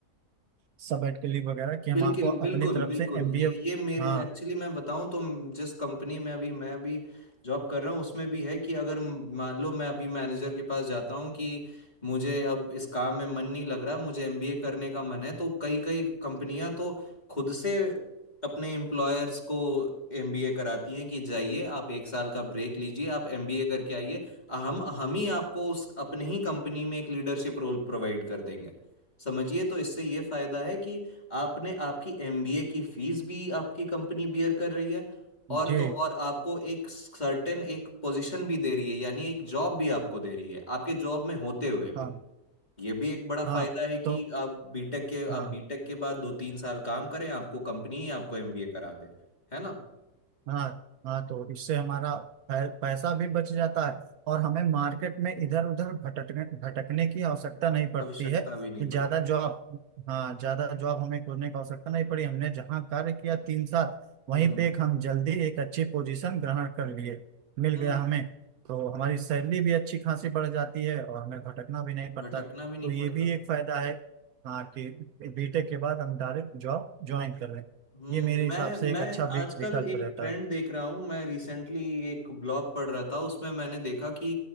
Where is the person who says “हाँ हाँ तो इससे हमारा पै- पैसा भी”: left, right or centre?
Right